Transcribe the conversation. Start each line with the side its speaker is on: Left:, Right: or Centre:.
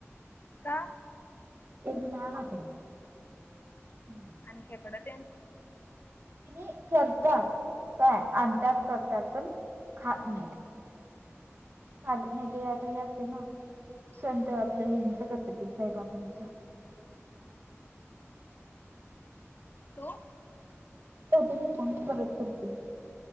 Left: का?.
Right: <inaudible>
Left: आणिख एकडं त्यां.
Right: त करतात काय आणतात करतात पण खा नाही. चाल नाही ते आता हे असते ना संत आपलं हिंच करतात ते साईबाबांचं.
Left: तो.
Right: होते मी कोणची परत करते.